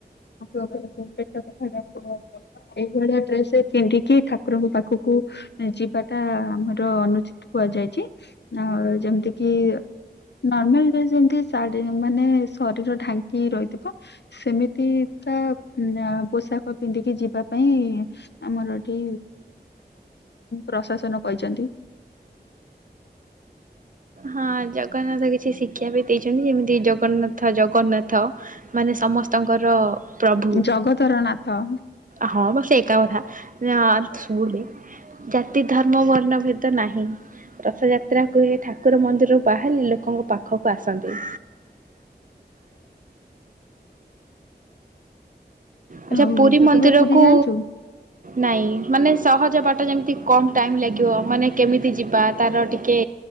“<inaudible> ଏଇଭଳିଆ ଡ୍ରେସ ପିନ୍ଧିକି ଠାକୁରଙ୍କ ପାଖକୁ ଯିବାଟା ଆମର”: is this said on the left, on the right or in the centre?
Left